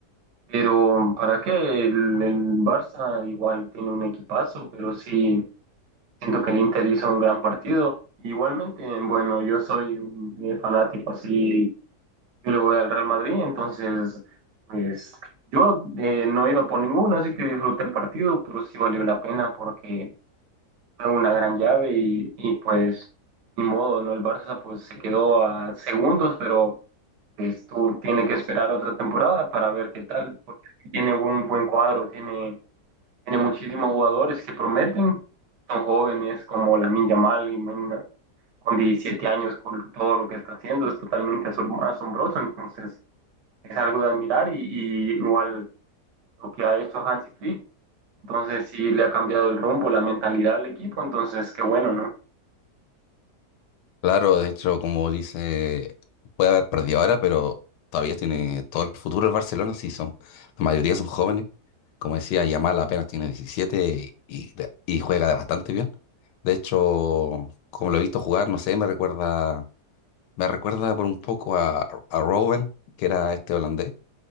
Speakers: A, on the right (about 80°); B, on the left (about 90°).
A: Pero ¿para qué? El, el Barça igual tiene un equipazo, pero sí siento que el Inter hizo un gran partido. Igualmente, bueno, yo soy un eh, fanático así, yo le voy al Real Madrid, entonces, pues yo eh, no iba por ninguno, así que disfruté el partido, pero sí valió la pena porque fue una gran llave y, y, pues ni modo, ¿no? El Barça pues se quedó a segundos, pero pues tú tienes que esperar otra temporada para ver qué tal, porque tiene un buen cuadro, tiene, tiene muchísimos jugadores que prometen, son jóvenes como Lamine Yamal, imagina- con 17 años, con todo lo que está haciendo, es totalmente asom- asombroso, entonces es algo de admirar y, y igual lo que ha hecho Hansi Flick, entonces sí le ha cambiado el rumbo, la mentalidad al equipo, entonces qué bueno, ¿no?
B: Claro, de hecho, como dice, puede haber perdido ahora, pero todavía tiene todo el futuro el Barcelona, sí son, la mayoría son jóvenes. Como decía, Yamal apenas tiene 17 y, de- y juega de bastante bien. De hecho, como lo he visto jugar, no sé, me recuerda, me recuerda por un poco a, a Robben, que era este holandés